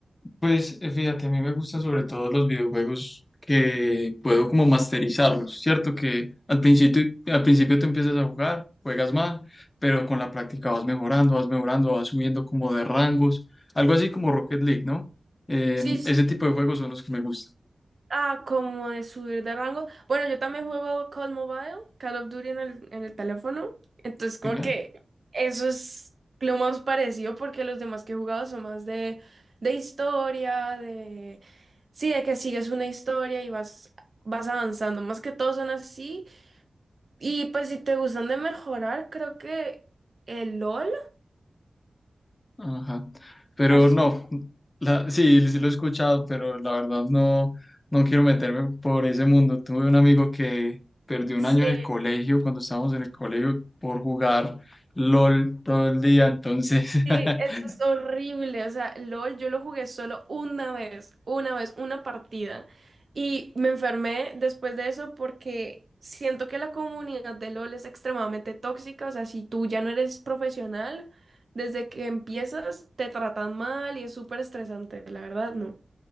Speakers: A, on the left; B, on the right.
A: Pues eh, fíjate, a mí me gustan sobre todo los videojuegos que puedo como masterizarlos, ¿cierto? Que al principio, al principio tú empiezas a jugar, juegas mal, pero con la práctica vas mejorando, vas mejorando, vas subiendo como de rangos, algo así como Rocket League, ¿no? Eh,
B: Sí,
A: ese tipo de juegos son los que me gustan.
B: Ah, como de subir de rango. Bueno, yo también juego Call Mobile, Call of Duty en el, en el teléfono. Entonces, como
A: Genial.
B: que eso es lo más parecido porque los demás que he jugado son más de, de historia, de... Sí, de que sigues una historia y vas, vas avanzando. Más que todos son así. Y pues si te gustan de mejorar, creo que el LOL.
A: Ajá. Pero
B: ¿Has escuchado?
A: no, la- sí, sí lo he escuchado, pero la verdad no, no quiero meterme por ese mundo. Tuve un amigo que perdió
B: Sí.
A: un año en el colegio, cuando estábamos en el colegio, por jugar LOL todo el día, entonces <laughs>
B: Sí, eso es horrible. O sea, LOL, yo lo jugué solo una vez, una vez, una partida. Y me enfermé después de eso porque siento que la comunidad de LOL es extremadamente tóxica. O sea, si tú ya no eres profesional, desde que empiezas te tratan mal y es súper estresante, la verdad, no.